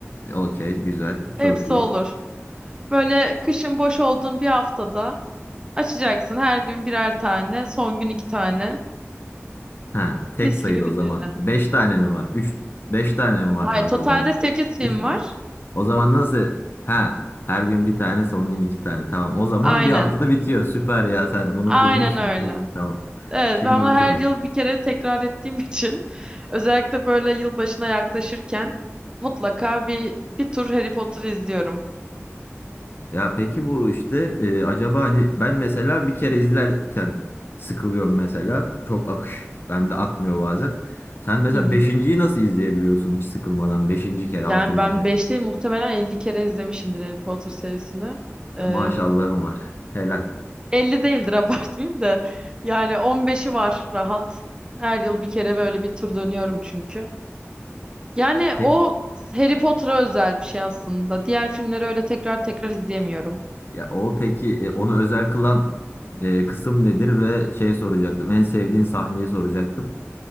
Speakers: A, on the left; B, on the right.
A: e, okey güzel. Çok
B: Hepsi
A: iyi.
B: olur. Böyle kışın boş olduğun bir haftada açacaksın. Her gün birer tane, son gün iki tane.
A: Ha, tek
B: Mis
A: sayıda
B: gibi bitireceksin.
A: o zaman. 5 tane mi var? Üç beş tane mi var
B: Hayır,
A: kanka
B: totalde
A: bunda?
B: 8 film
A: 3 mü?
B: var.
A: O zaman nasıl? Ha, her gün bir tane, son gün iki tane. Tamam. O zaman
B: Aynen.
A: bir haftada bitiyor. Süper ya sen bunu
B: Aynen
A: kurmuşsun.
B: öyle.
A: Çok iyi. Tamam.
B: Evet,
A: Şimdi
B: ben bunu
A: oturdu.
B: her yıl bir kere tekrar ettiğim için <laughs> özellikle böyle yılbaşına yaklaşırken mutlaka bir bir tur Harry Potter izliyorum.
A: Ya peki bu işte e, acaba hani ben mesela bir kere izlerken sıkılıyorum mesela. Çok akış. Bende akmıyor bazen. Sen mesela
B: Hı hı.
A: beşinciyi nasıl izleyebiliyorsun hiç sıkılmadan? Beşinci kere,
B: Yani
A: altıncı
B: ben
A: kere.
B: 5 değil muhtemelen 50 kere izlemişimdir Harry Potter serisini.
A: Ya
B: Ee,
A: Maşallahım var. Helal.
B: 50 değildir <laughs> abartmayayım da yani on beşi var rahat. Her yıl bir kere böyle bir tur dönüyorum çünkü. Yani
A: Peki
B: o Harry Potter'a özel bir şey aslında. Diğer filmleri öyle tekrar tekrar izleyemiyorum.
A: ya o peki e, onu özel kılan e, kısım nedir ve şey soracaktım. En sevdiğin sahneyi soracaktım.